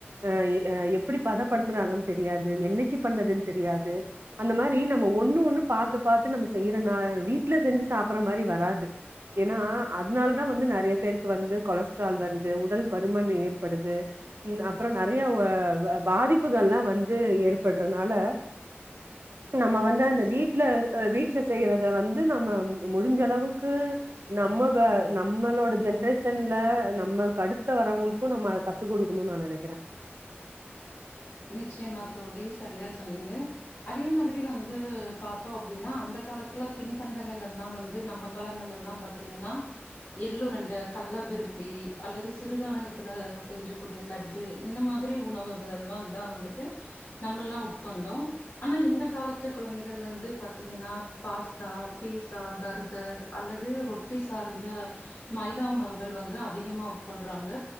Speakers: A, on the right; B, on the left.
A: அஹ் எப்படி பதப்படுத்துறாங்கன்னு தெரியாது என்னைக்கு பண்ணதுன்னு தெரியாது அந்த மாதிரி நம்ம ஒண்ணு ஒண்ணு பாத்து பாத்து நம்ம செய்றனால வீட்டுல செஞ்சு சாப்ற மாதிரி வராது ஏன்னா அதனாலதான் வந்து நெறைய பேருக்கு வந்து கொலஸ்ட்ரால் வருது உடல் பருமன் ஏற்படுது ம் அப்புறம் நெறைய பாதிப்புகள் எல்லாம் வந்து ஏற்படுறதுனால நம்ம வந்து அந்த வீட்டுல வீட்டுல செய்யறத வந்து நம்ம முடிஞ்ச அளவுக்கு நம்ம நம்மளோட ஜென்ரேஷன்ல நம்மளுக்கு அடுத்த வரவங்களுக்கும் நம்ம அத கத்து கொடுக்கணும்னு நா நெனைக்கிறே
B: நிச்சயமா தோழி செரியா சொன்னீங்க அதே மாதிரி வந்து பார்த்தோம் அப்டின்னா அந்த காலத்துல திண்பண்டங்கள் எல்லாம் வந்து நம்ம காலங்கள் எல்லாம் பாாரத்தீங்கன்னா எள்ளுருண்ட கல்லபருப்பி அல்லது சிறுதானயத்தில் செஞ்சக்கூடிய லட்டு இந்த மாதிரி உணவுகள்லாம் தா வந்துட்டு நம்மல்லாம் உட்கொண்டோ ஆனா இந்த காலத்து குழந்தைகள் வந்து பாத்தீங்கன்னா பாஸ்தா பீட்ஸா பர்கர் அல்லது ரொட்டி சார்ந்த மைதா உணவுகள் வந்து அதிகமா உட்கொள்றாங்க